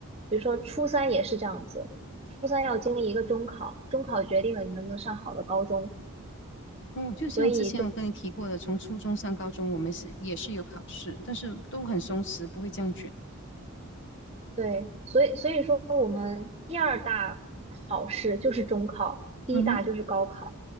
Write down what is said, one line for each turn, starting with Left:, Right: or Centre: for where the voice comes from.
Right: 比如说初三也是这样子，初三要经历一个中考，中考决定了你能不能上好的高中，
Left: 嗯，就像之前我跟你提过的，
Right: 所以就
Left: 从初中上高中，我们是也是有考试，但是都很松弛，不会这样卷。
Right: 对，所以所以说我们第二大考试就是中考，第一大就是高考。
Left: 嗯哼，